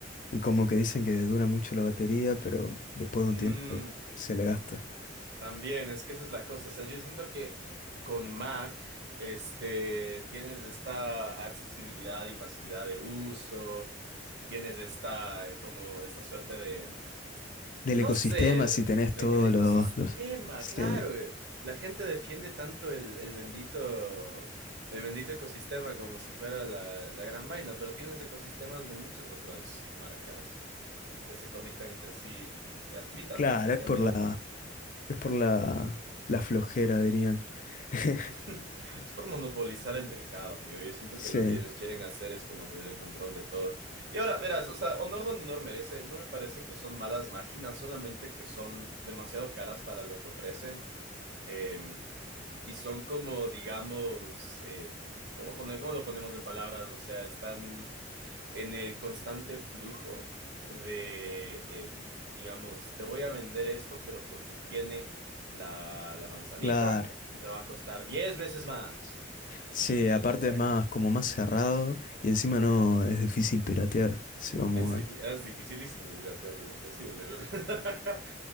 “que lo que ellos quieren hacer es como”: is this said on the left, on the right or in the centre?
Right